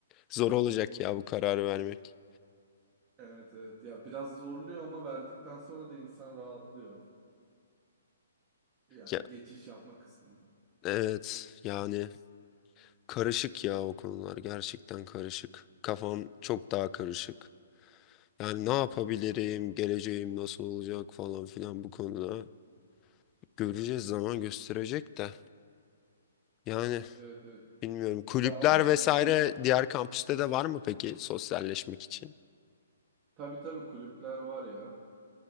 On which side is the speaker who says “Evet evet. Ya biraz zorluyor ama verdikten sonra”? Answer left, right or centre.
Right